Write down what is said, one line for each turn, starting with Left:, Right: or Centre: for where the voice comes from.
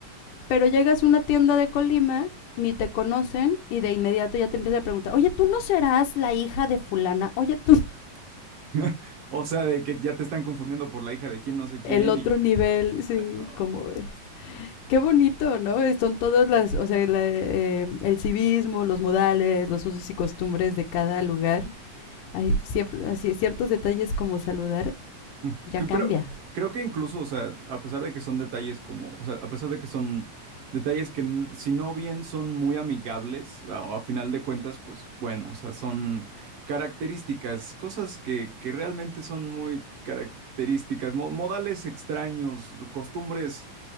Left: Pero llegas a una tienda de Colima, ni te conocen, y de inmediato ya te empiezan a preguntar, oye, ¿tú no serás la hija de fulana? Oye, tú... no". <laughs>
Right: <laughs> o sea, de que ya te están confundiendo por la hija de quién, no sé quién,
Left: El otro
Right: y,
Left: nivel,
Right: ay,
Left: sí,
Right: no.
Left: ¿Cómo ves? Qué bonito, ¿no? Son todas las, o sea, la, eh, el civismo, los modales, los usos y costumbres de cada lugar. Hay cier- ciertos detalles como saludar,
Right: Mm,
Left: ya
Right: que-
Left: cambia.
Right: Pero creo que incluso, o sea, a pesar de que son detalles como, o sea, a pesar de que son detalles que n- si no bien son muy amigables, a, a final de cuentas, pues bueno, o sea, son características, cosas que, que realmente son muy características, mo- modales extraños, costumbres